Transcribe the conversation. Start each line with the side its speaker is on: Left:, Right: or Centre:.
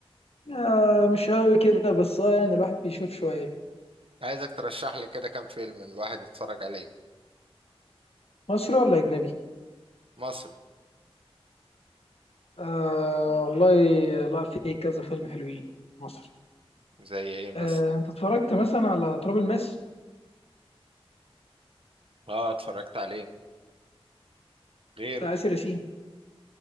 Left: آه مش قوي كده بس اه يعني الواحد بيشوف شوية
Right: عايزك ترشح لي كده كام فيلم الواحد يتفرج عليه
Left: مصري ولا أجنبي؟
Right: مصري
Left: آه والله لا في كذا فيلم حلوين مصر
Right: زي إيه مثلا
Left: آه انت اتفرجت مثلا على تراب الماس
Right: آه اتفرجت عليه غيره
Left: بتاع آسر ياسين